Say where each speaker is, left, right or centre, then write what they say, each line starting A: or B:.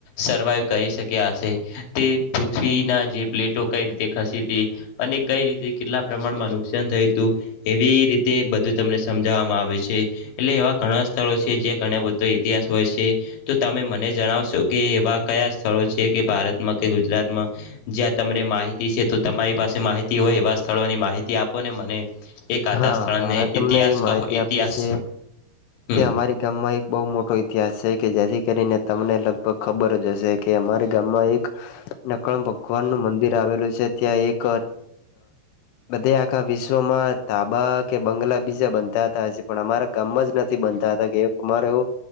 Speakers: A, on the left; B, on the left.
A: સર્વાઈવ કરી શક્યા હશે તે પૃથ્વીનાં જે પ્લેટો કઈ રીતે તે ખસી હતી અને કઈ રીતે કેટલા પ્રમાણમાં નુકસાન થયું હતું એવી રીતે બધું તમને સમજાવવામાં આવ્યું છે. એટલે એવા ઘણા સ્થળો છે જે ઘણા બધો ઇતિહાસ હોય છે. તો તમે મને જણાવશો કે એવા કયા સ્થળો છે કે ભારતમાં કે ગુજરાતમાં જ્યાં તમને માહિતી છે તો તમારી પાસે માહિતી હોય એવા સ્થળોની માહિતી આપો ને મને એક આતા
B: હા
A: સ્થળને
B: મારે તમને
A: ઇતિહાસ
B: એ માહિતી
A: કહો ઇતિહાસ
B: આપી છે
A: હમ
B: કે અમારી ગામમાં એક બહુ મોટો ઇતિહાસ છે કે જેથી કરીને તમને લગભગ ખબર જ હશે કે અમારે ગામમાં એક નકણ ભગવાન નું મંદિર આવેલું છે ત્યાં એક <unintelligible> બધે આખા વિશ્વમાં તાબા કે બંગલા બીજા બનતા હતા પણ અમારા ગામમાં જ નથી બનતા હતા કે અમારે એવું